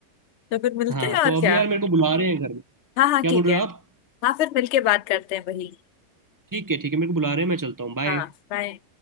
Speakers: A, on the left; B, on the right.
A: तो फिर मिलते
B: हाँ
A: हैं और
B: तो
A: क्या
B: अभी यार मेरे को बुला रहे हैं घर में
A: हाँ
B: क्या
A: हाँ ठीक
B: बोल रहे
A: है
B: हो आप
A: हाँ फिर मिलके बात करते हैं वही
B: ठीक है ठीक है मेरे को बुला रहे हैं मैं चलता हूँ बाय
A: हाँ बाय